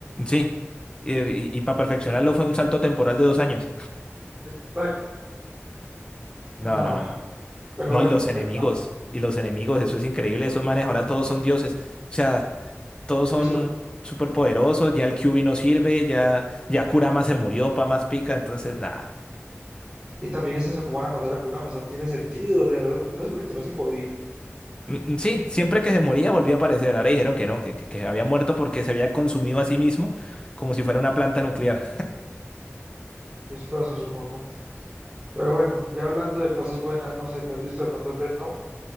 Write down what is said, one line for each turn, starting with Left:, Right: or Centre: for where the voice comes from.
Left: Sí. Y, para perfeccionarlo fue un salto temporal de dos años.
Right: Exacto.
Left: No,
Right: No,
Left: no, no. No,
Right: pero
Left: No,
Right: bueno,
Left: y los enemigos.
Right: pues
Left: Y los enemigos, eso es increíble. Esos manes ahora todos son dioses. O sea. todos son
Right: sí,
Left: súper poderosos, ya el QB no sirve, ya, ya Kurama se murió, pa más pica, entonces nada.
Right: Y también les como van a matar a Kurama, eso no tiene sentido, o sea, eso- no se supone que no se podía.
Left: Mm, mm, Sí, siempre que se moría volvía a aparecer. Ahora dijeron que no, que, que, que había muerto porque se había consumido a sí mismo como si fuera una planta nuclear.
Right: Esto se supongo. Pero bueno, ya hablando de cosas buenas, no sé, ¿te has visto de pronto Death Note?